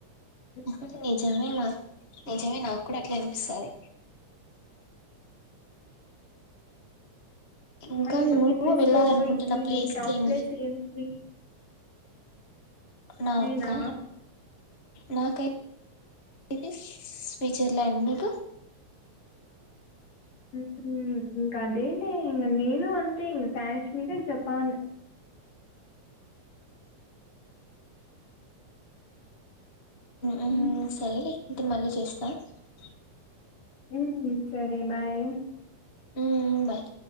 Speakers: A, on the left; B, on the left.
A: ఉమ్,
B: ఇది నిజమే మా నిజమే నాకు. కూడా అట్లా అనిపిస్తాది. ఇంకా
A: మనీ బకిట్లిస్లో
B: నువ్వు వెళ్ళాలనుకుంటున్న
A: నీది
B: ప్లేస్
A: టాప్
B: ఏంది
A: ప్లేస్ ఏంది.
B: నాకా
A: నేనా,
B: నాకైతే స్విట్జర్లాండ్ నీకు
A: ఉమ్ ఇంకా అదేనే ఇంక నేను అంతే ఇంక కాశ్మీర్ జపాన్.
B: ఉమ్
A: మ్మ్
B: సరేలే ఇంక మళ్ళీ చేస్తా క్క
A: ఉమ్ సరే బాయ్.
B: ఉమ్ బాయ్.